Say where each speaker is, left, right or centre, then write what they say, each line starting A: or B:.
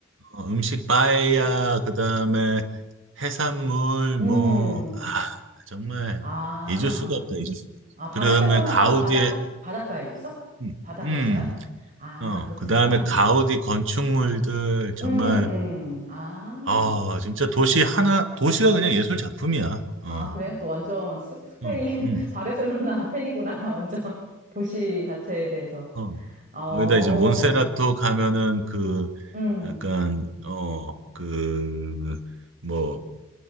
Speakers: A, on the right; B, on the right.
A: 어, 음식 빠에야 그다음에 해산물
B: 음.
A: 뭐 아, 정말
B: 아,
A: 잊을 수가 없다 잊을 수.
B: 아, 바르셀로나가
A: 그다음에 가우디의
B: 바다 바닷가에 있어?
A: 음,
B: 바다
A: 음,
B: 근처야? 아,
A: 어
B: 그렇구나.
A: 그다음에 가우디 건축물들 정말
B: 음, 음. 아.
A: 아 진짜 도시 하나 도시가 그냥 예술 작품이야. 어,
B: 아, 그래? 너 완전 스, 스페인,
A: 어, 음,
B: <laughs> 바르셀로나 팬이구나. <laughs> 완전. 도시 자체에 대해서.
A: 어.
B: 어,
A: 거기다 이제 몬세라토 가면은 그
B: 음,
A: 약간 어그뭐